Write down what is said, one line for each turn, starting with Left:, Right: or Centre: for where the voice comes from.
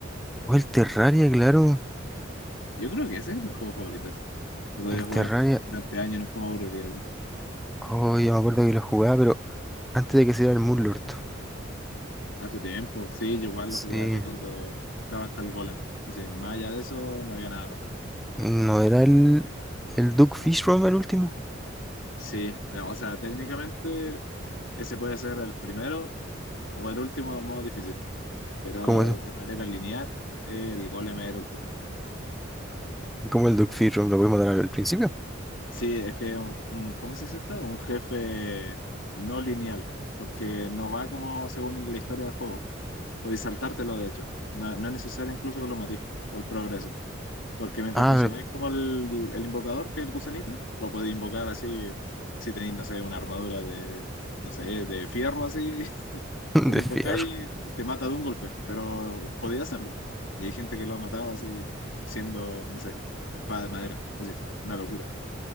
Centre: O el Terraria, claro.
Left: Yo creo que ese es mi juego favorito, así. Lo podría
Centre: El
Left: jugar
Centre: Terraria.
Left: durante años, no es como aburriría.
Centre: Oh, yo me acuerdo que lo jugaba, pero antes de que saliera el Moonlord.
Left: Hace tiempo, sí, yo igual
Centre: Sí.
Left: lo jugué así Sí. cuando estaba hasta el golem. Así, más allá de eso, no había nada. más.
Centre: ¿No era el, el Duke Fishrom el último?
Left: Sí, eh, o sea, técnicamente ese puede ser el primero o el último del modo difícil, pero
Centre: ¿Cómo eso?
Left: eh, de manera lineal, eh, el golem es el último.
Centre: ¿Cómo el Duke Fishrom lo puedes matar al al principio?
Left: Sí, es que un, un- ¿cómo se dice esto? Un jefe no lineal, porque no va como según la historia del juego. Puedes saltártelo, de hecho. No, no es necesario incluso que lo matís para el progreso. Porque mientras
Centre: Ah,
Left: consigáis como el, el invocador, que es el gusanito, lo podéis invocar así, si tenéis, no sé, una armadura de, no sé, de fierro así, <laughs>
Centre: <laughs>
Left: y
Centre: de
Left: lo invocáis,
Centre: Fear.
Left: te mata de un golpe, pero podéis hacerlo. Y hay gente que lo ha matado así, siendo, no sé, espada de madera, así, una locura.